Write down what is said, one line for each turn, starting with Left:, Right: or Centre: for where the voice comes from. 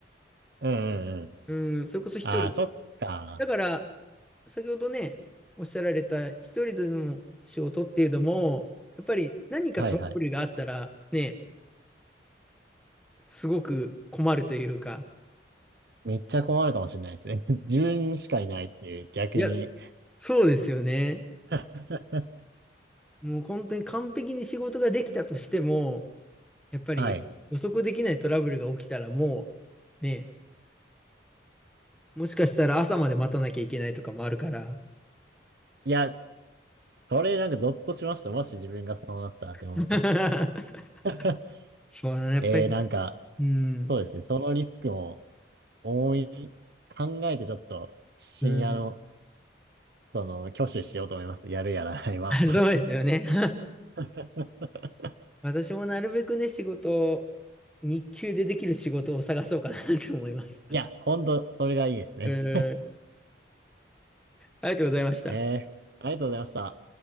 Right: うんうんうん。
Centre: うん、それこそ一人で。
Right: ああ、そっか。
Centre: だから、先ほどね、おっしゃられた一人での仕事っていうのも、やっぱり何かトラブルがあったらね、
Right: はいはい。
Centre: すごく困るというか、
Right: めっちゃ困るかもしれないですね。<laughs> 自分しかいないっていう、逆に。
Centre: いや、そうですよね。
Right: <laughs>
Centre: もう本当に完璧に仕事ができたとしても、やっぱり予測できないトラブルが起きたらも
Right: はい。
Centre: う、ね、もしかしたら朝まで待たなきゃいけないとかもあるから。
Right: いや、それなんかゾッとしました。もし自分がそうなったって思うと。
Centre: <laughs>
Right: <laughs>
Centre: そうだね。やっぱり
Right: えー、なんか、
Centre: うん。
Right: そうですね。そのリスクを思い、考えてちょっと、深夜の
Centre: うん。<laughs>
Right: その、挙手しようと思います。やるやらないは。
Centre: あそうですよね。<laughs>
Right: <laughs>
Centre: 私もなるべくね、仕事を、日中でできる仕事を探そうかなと思います。
Right: いや、ほんと、それがいいですね。
Centre: えー、ありがとうございました。
Right: えー、ありがとうございました。